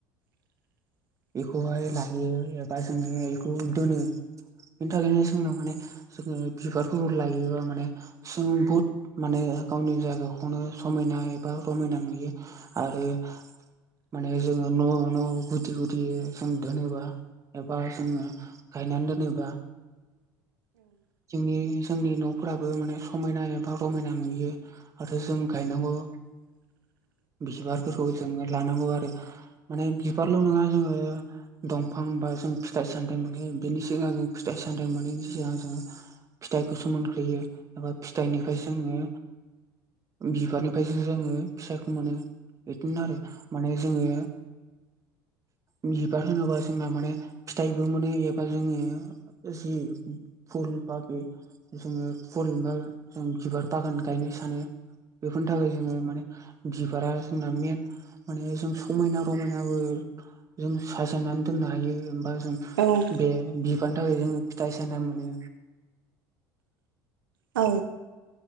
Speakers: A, on the right (about 85°); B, on the right (about 30°).
A: <inaudible>
B: एखौहाय लायो एबा जोङो एखौ दोनो बेनि थाखायनो जोंनो माने जोङो बिबारफोरखौ लायोबा माने जों बुहुद माने गावनि जायगाखौनो समाय ना एबा रमायना नुयो आरो माने जोङो न न गुदि गुदि जों दोनोबा एबा जोङो गायनानै दोनोबा जोंनि जोंनि न फोराबो माने समायना एबा रमायना नुयो आरो जों गायनांगौ
A: <inaudible>
B: बिबारफोरखौ जोङो लानांगौ आरो माने बिबारल नङा जोङो दंफां बा जों फिथाइ सामथाय मानो बेनि सिगां फिथाइ सामथाइ मोनैनि सिगां जों फिथाइखौ सो मोनग्रोयो एबा फिथाइनिफ्राय जोङो बिबारनिफ्रायसो जोङो फिथाइखौ मोनो बिदिनो आरो माने जोङो बिबार होनोबा जोंना माने फिथाइबो मोनो ए बा जोंङो जि फुल बागै जोङो परिबार जों बिबार बागान गायनो सानो बेफोरनि थाखाय जोङो माने बिबारा जोंना मेद माने जों समायना रमायनाबो जों साजायनानै दोन नों हायो <unintelligible>
A: औ
B: बे बिबारनि थाखाय जोङो फिथाइ सामथाइ मोनो
A: औ